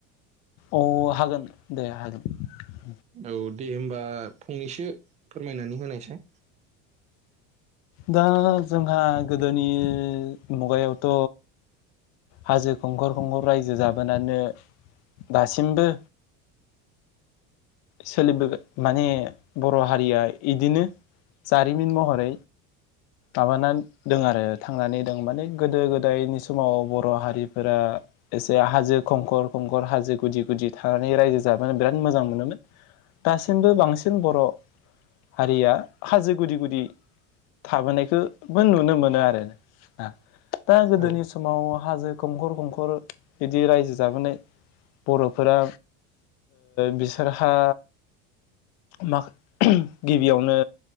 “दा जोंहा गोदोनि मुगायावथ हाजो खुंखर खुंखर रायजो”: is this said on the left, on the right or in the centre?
Left